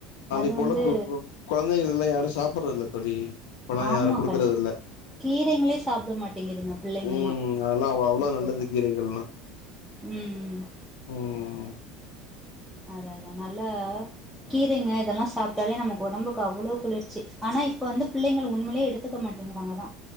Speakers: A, in the centre; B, on the left (about 85°).
A: அது
B: இப்போல
A: வந்து
B: கொ கொ கொழந்தைகள் எல்லா யாரு சாப்புட்றது இல்ல தோழி இப்பல்லா
A: ஆமா
B: யாரு குடுக்கறது
A: கண்
B: இல்ல
A: கீரைங்களே சாப்பிட மாட்டேங்குதுங்க பிள்ளைங்கல்லா
B: ம் அதெல்லா அவ் அவ்ளோ
A: இப்ப
B: நல்லது
A: எல்லா
B: கீரைகள்லா
A: ம் ம்
B: ம்
A: அதத நல்ல கீரைங்க இதெல்லா சாப்ட்டாலே நமக்கு உடம்புக்கு அவ்ளோ குளிர்ச்சி ஆனா இப்ப வந்து பிள்ளைங்கள் உண்மளே எடுத்துக்க மாட் டேங்குறாங்க தா